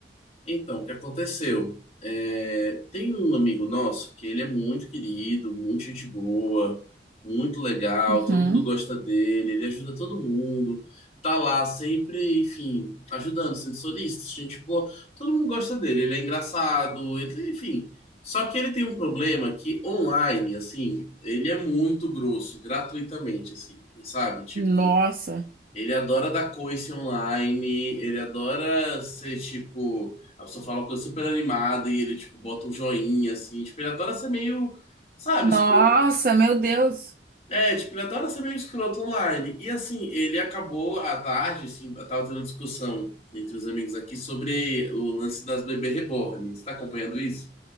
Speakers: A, on the left; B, on the right.
A: Então, o que aconteceu? É, tem um amigo nosso que ele é muito querido, muito gente boa, muito legal,
B: Uhum.
A: todo mundo gosta dele, ele ajuda todo mundo, tá lá sempre, enfim, ajudando, sendo solícito, gente boa, todo mundo gosta dele, ele é engraçado, ele, enfim. Só que ele tem um problema que online, assim, ele é muito grosso, gratuitamente, assim, sabe? Tipo.
B: Nossa.
A: Ele adora dar coice online, ele adora ser tipo. A pessoa fala uma coisa super animada e ele, tipo, bota um joinha, assim. Tipo, ele adora ser meio. Sabe,
B: Nossa,
A: escro...
B: meu Deus!
A: É, tipo, ele adora ser meio escroto online. E assim, ele acabou à tarde, assim, tava tendo uma discussão entre os amigos aqui sobre o lance das bebê reborn. Você tá acompanhando isso?